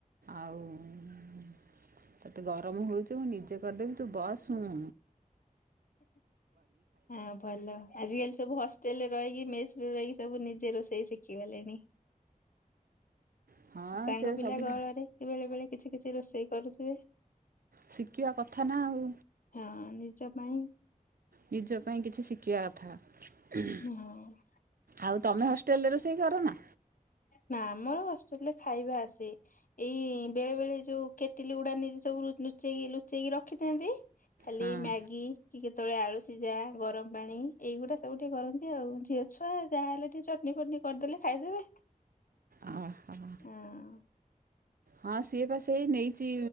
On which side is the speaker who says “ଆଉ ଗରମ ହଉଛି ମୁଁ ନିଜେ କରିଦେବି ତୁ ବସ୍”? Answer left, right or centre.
Right